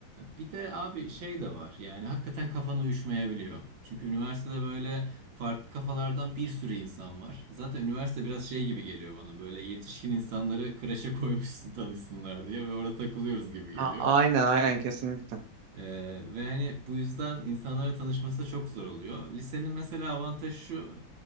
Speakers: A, on the right; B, on the right.
A: bir de abi şey de var yani hakikaten kafan uyuşmayabiliyor. Çünkü üniversitede böyle farklı kafalardan bir sürü insan var. Zaten üniversite biraz şey gibi geliyor bana böyle yetişkin insanları kreşe koymuşsun <laughs> tanışsınlar diye ve orada takılıyoruz gibi geliyor.
B: A- aynen aynen kesinlikle.
A: Ee, ve hani bu yüzden insanlara tanışması da çok zor oluyor. Lisenin mesela avantajı şu,